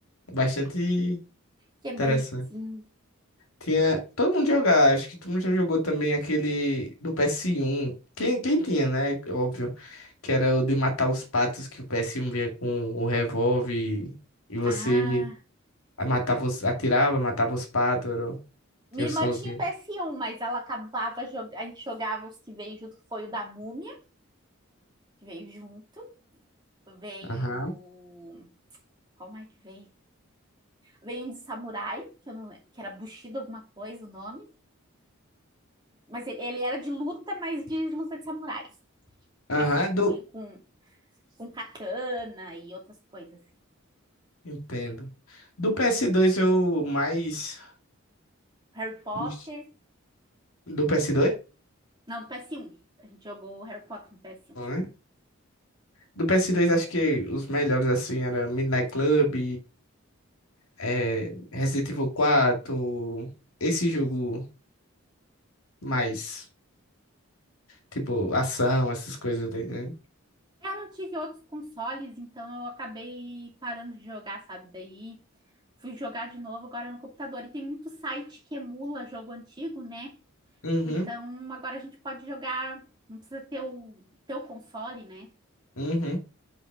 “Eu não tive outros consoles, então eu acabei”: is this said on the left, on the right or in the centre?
Right